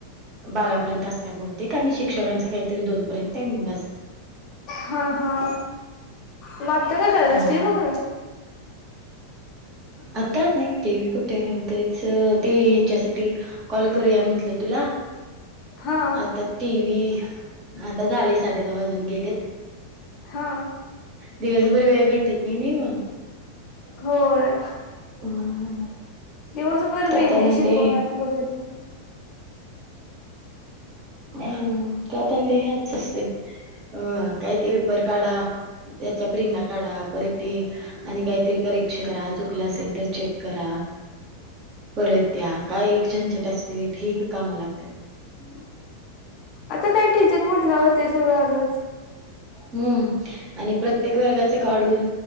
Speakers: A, on the right; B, on the left.
A: बारापर्यंत असत्या बहुतेक आणि शिक्षकांचं काहीतरी दोन पर्यंत टायमिंग अस
B: हा हा मग आता काय करायल्यास
A: हम्म
B: टी व्हि बघा
A: आता नाही टी वी कुठे तेच ते हीच्यासाठी कॉल करूया म्हटल तुला
B: हा
A: आता टी वी आता झाले साडे दहा वाजून गेलेत
B: हा
A: दिवसभर वेळ भेटत नाही नी मग
B: होय.
A: <unintelligible>
B: दिवसभर
A: त्यात
B: बिझी
A: आणि
B: शिकवण्यात
A: ते
B: वगैरे.
A: हम्म त्यात आणि लिहायचं असते. अ काय ते पेपर काढा त्याच्या प्रिंटा काढा परत ते आणि काहीतरी करिक्क्ष करा चुकलं असेल तर चेक करा. परत द्या काय एक झंझट असते वी ढीग काम लागत्यात.
B: आता काय टीचर म्हटल्यावरतीस सगळं आलोच.
A: हम्म, आणि प्रत्येक वर्गाचे काढून